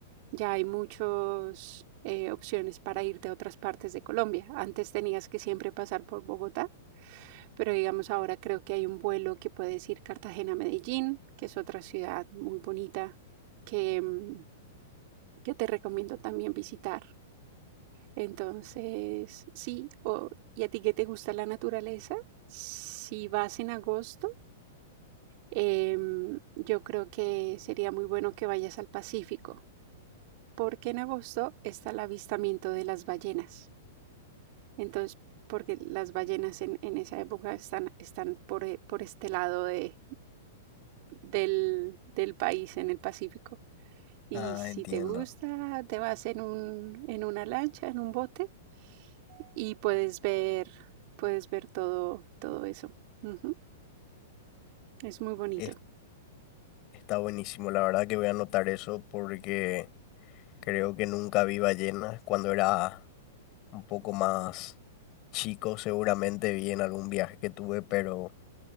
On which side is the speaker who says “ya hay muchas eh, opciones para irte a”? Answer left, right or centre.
Right